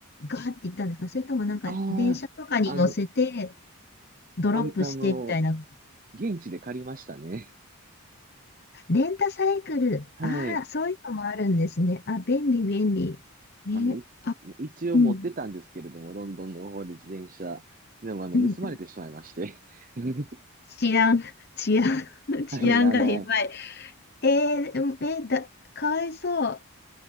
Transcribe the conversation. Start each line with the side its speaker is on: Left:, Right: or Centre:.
Left: ガーって行ったんですかそれともなんか電車とかに乗せて
Right: ああ、<laughs> あの、
Left: ドロップしてみたいな。
Right: あ、あの、現地で借りましたね。
Left: レンタサイクル。
Right: <laughs> はい。
Left: ああ、そういうのもあるんですね。あ、便利便利。え、
Right: あの、い
Left: あ、
Right: 一応持ってたんですけれども、
Left: うん、
Right: ロンドンの方で自転車。でも、あの、
Left: うん、
Right: 盗まれてしまいまして。
Left: うん。
Right: <laughs>
Left: 治安、<laughs> 治安、<laughs> 治安がやばい。
Right: はい、あの、
Left: えー、うんえーだ、かわいそう。